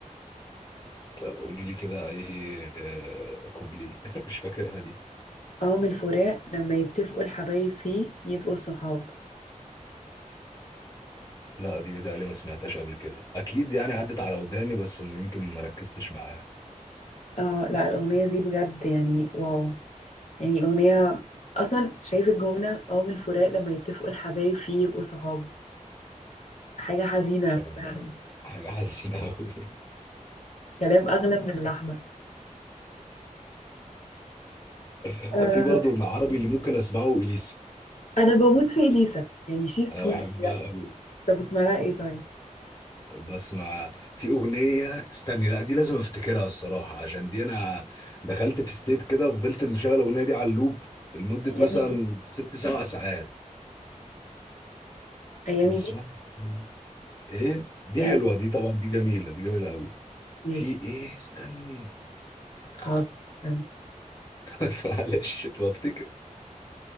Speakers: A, on the left; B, on the left.
A: طب قولي لي كده اي آه، كوبلي <laughs> مش فاكرها دي
B: قوم الفراق لما يتفقوا الحبايب فيه يبقوا صحاب
A: لا دي بتهيألي ما سمعتهاش قبل كده اكيد يعني عدت على وداني بس يمكن ما ركزتش معاها
B: اه لا الأغنية دي بجد يعني واو يعني أغنية أصلا شايف الجملة قوم الفراق لما يتفقوا الحبايب فيه يبقوا صحاب حاجة حزينة
A: فعلا
B: فعلا
A: حاجة حزينة قوي
B: كلام أغلى من اللحمة
A: <laughs>
B: آه.
A: في برضو العربي اللي ممكن اسمعه اليسا
B: أنا بموت في إليسا يعني شيز
A: انا
B: كوين
A: بحبها
B: بجد
A: قوي
B: طب اسمها لها إيه طيب
A: بس ما في اغنية استني لا دي لازم افتكرها الصراحة عشان دي انا دخلت في ستيت كده فضلت مشغل الاغنية دي على اللوب لمدة
B: أيامي
A: مثلا
B: بيك
A: ست سبع ساعات
B: أيامي
A: كان اسمها
B: بيك
A: إيه؟ ايه دي
B: أيامي
A: حلوه
B: بيك.
A: دي طبعا دي جميله دي جميله قوي
B: ماشي
A: في ايه استني آه،
B: حاضر استنى
A: <laughs> بس معلش بفتكر